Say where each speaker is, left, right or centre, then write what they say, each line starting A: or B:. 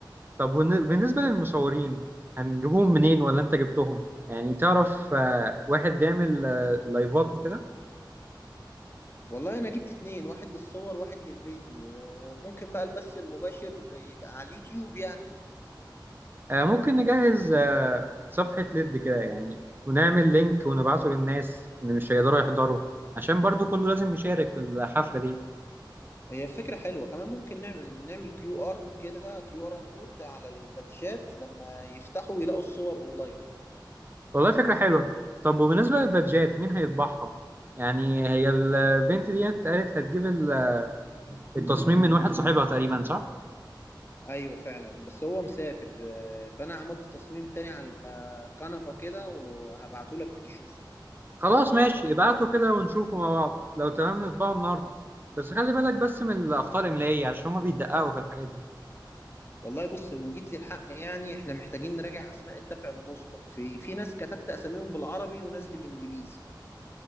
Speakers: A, on the right; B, on the left.
A: طب ون- بالنسبة للمصورين هنجيبهم منين ولا انت جبتهم يعني تعرف آه، واحد بيعمل آه، لايفات وكده
B: والله انا جبت اتنين واحد للصور واحد للفيديو وممكن بقى البث المباشر يبقى على اليوتيوب يعني
A: آه، ممكن نجهز آه، صفحة ليد كده يعني ونعمل لينك ونبعته للناس اللي مش هيقدروا يحضروا عشان برضو كله لازم يشارك في الحفلة دي
B: هي فكرة حلوة كمان ممكن نعمل نعمل كيو ار كده كيو ار كود على البادجات لما يفتحوا يلاقوا الصور اونلاين
A: والله فكرة حلوة طب وبالنسبة للبادجات مين هيطبعها؟ يعني هي البنت ديت قالت هتجيب ال- التصميم من واحد صاحبها تقريبا صح؟
B: ايوه فعلا بس هو مسافر آه، فانا عملت تصميم تاني على كنفة كده وهبعته لك تشوفه
A: خلاص ماشي ابعته كده ونشوفه مع بعض لو تمام نطبعه النهاردة بس خلي بالك بس من الأخطاء الإملائية عشان هما بيدققوا في الحاجات دي
B: والله بص من جيت للحق يعني احنا محتاجين نراجع اسماء الدفع المسبق في في ناس كتبت اساميهم بالعربي وناس بالانجليزي